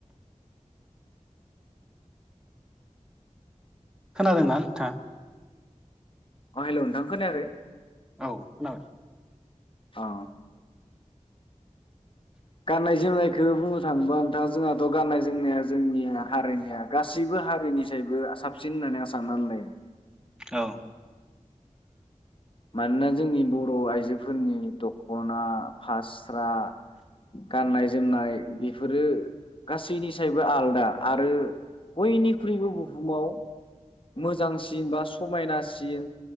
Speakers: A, in the centre; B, on the left.
A: खोनादोंना नोंथाङा?
B: अ हेल' नोंथां खोनायाखै
A: औ खोनाबाय
B: अ गाननाय जोमनायखो बुंनो थाङोबा नोंथां जोंहाथ' गाननाय जोमनाया जोंनि हारिनिया गासैबो हारिनिसबो साबसिन होननानै आं साननानै लायो।
A: औ
B: मानोना जोंनि बर' बर' आइजोफोरनि दख'ना फास्रा गाननाय जोमनाय बेफोरो गासैनिसायबो आलादा आरो बयनिखुइ ख्रुइबो बुहुमाव मोजांसिन बा समायनासिन